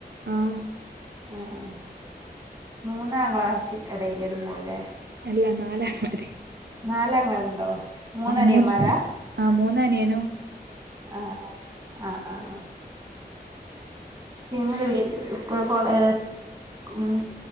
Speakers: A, on the right; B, on the right.
A: ആഹ്
B: ആഹ് മൂന്ന് ആങ്ങളാക്ക് എടയില് ഒരു മോള്ല്ലേ
A: അല്ല നാല് ആങ്ങളാര്
B: നാല് ആങ്ങളാരുണ്ടോ മൂന്നനിയന്മാരാ
A: മൂന്ന് ആഹ് മൂന്ന് അനിയൻ
B: ആഹ് ആഹ് ആഹ് ആഹ് ആഹ് ഞങ്ങളെ വീട് സ്കൂൾ പോണെ മ്